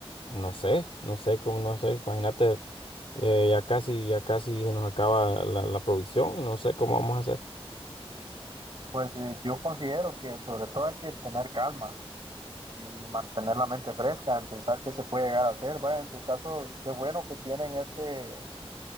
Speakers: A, on the left (about 65°); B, on the right (about 50°).
A: no sé, no sé cómo, no sé, imagínate, eh, ya casi, ya casi se nos acaba la, la provisión, no sé cómo vamos a hacer.
B: pues eh, yo considero que sobre todo hay que tener calma y mantener la mente fresca en pensar qué se puede llegar a hacer. Va, en su caso, qué bueno que tienen ese